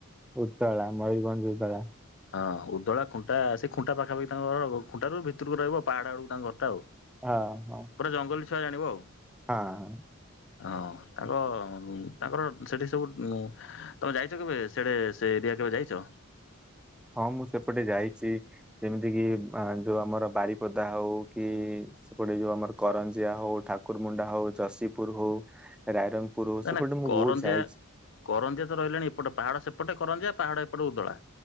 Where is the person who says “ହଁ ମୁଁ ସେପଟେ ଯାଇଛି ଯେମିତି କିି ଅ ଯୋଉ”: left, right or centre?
Centre